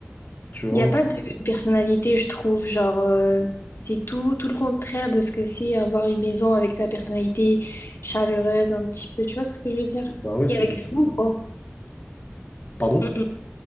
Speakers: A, on the left; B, on the left.
A: Tu vois?
B: Il n'y a pas de personnalité, je trouve. Genre, euh, c'est tout, tout le contraire de ce que c'est avoir une maison avec ta personnalité chaleureuse, un petit peu. Tu vois ce que je veux dire?
A: Bah ouais, c'est
B: Et avec
A: exactement
B: du goût,
A: ça.
B: quoi.
A: Pardon?
B: Mm, mm.